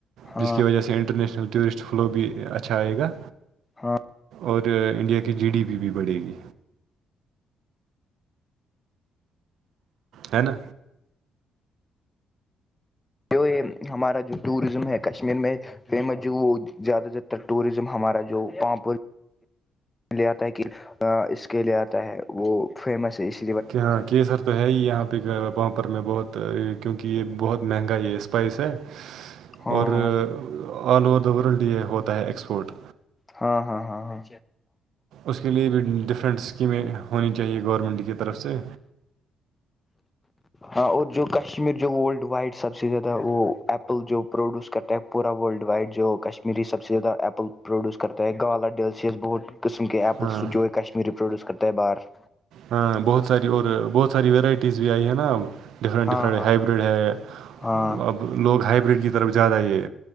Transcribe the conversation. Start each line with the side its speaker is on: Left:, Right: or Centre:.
Left: ہاں
Right: جس کی وجہ سے انٹرنیشنل ٹورسٹ فلو بھی اچھا آئے گا
Left: ہاں
Right: اور انڈیا کی جی ڈی پ بھی بڑھے گی ہے نا
Left: جو یہ ہمارا جو ٹوریزم ہے کشمیر میں فیمس جو وہ زیادہ تر ٹوریزم ہمارا جو پامپور لے آتا ہے کہ اس کے لیے آتا ہے وہ فیمس ہے اس
Right: کہ ہاں کی سر تو ہے ہی یہاں پہ پپ ر میں بہت کیونکہ یہ بہت مہنگا یہ اسپائس ہے
Left: ہاں
Right: اور
Left: ہاں
Right: آل اوور دا ورلڈ یہ ہوتا ہے ایکسپورٹ
Left: ہاں ہاں ہاں
Right: اس کے لیے بھی ڈفرینٹ اسکیمیں ہونی چاہیے گورنمنٹ کی طرف سے
Left: ہاں اور جو کشمیر جو ورلڈ وائڈ سب سے زیادہ وہ ایپل جو پروڈیوس کرتا ہے پورا ورلڈ وائڈ جو کشمیری سب سے زیادہ ایپل پروڈیوس کرتا ہے گالا ڈیلشیس بہت قسم کے ایپلس
Right: ہاں
Left: جو ہے کشمیری پروڈیوس کرتا ہے باہر
Right: ہاں بہت ساری اور بہت ساری ورائٹیز بھی آئی ہے نا اب ڈفرینٹ
Left: ہاں
Right: ڈفرینٹ
Left: ہاں
Right: ہائیبریڈ ہے
Left: ہاں
Right: اب لوگ ہائیبریڈ کی طرف زیادہ یہ